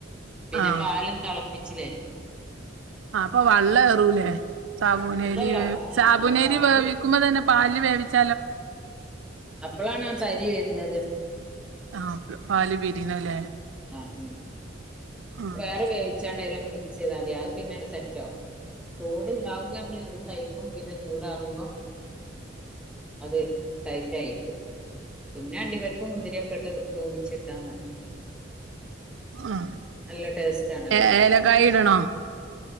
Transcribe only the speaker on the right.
ആഹ്
ആ അപ്പ വള്ളേറൂലേ സാബൂനരി
വേ
സാബൂനരി
വേവിക്കുമ്പ തന്നെ പാലില് വേവിച്ച
ആ പാല് പിരിണലെ
ആഹ്
അ
ഏ ഏലക്കായി ടണോ